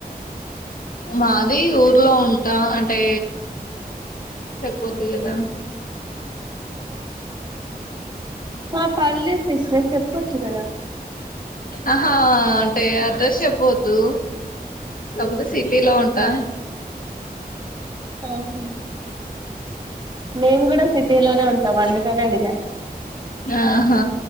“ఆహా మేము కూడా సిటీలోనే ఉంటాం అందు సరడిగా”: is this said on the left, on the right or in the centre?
Right